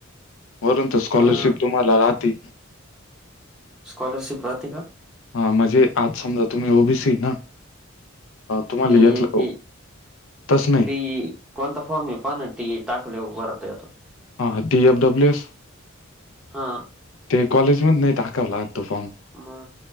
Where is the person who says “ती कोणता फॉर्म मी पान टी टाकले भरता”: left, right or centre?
Centre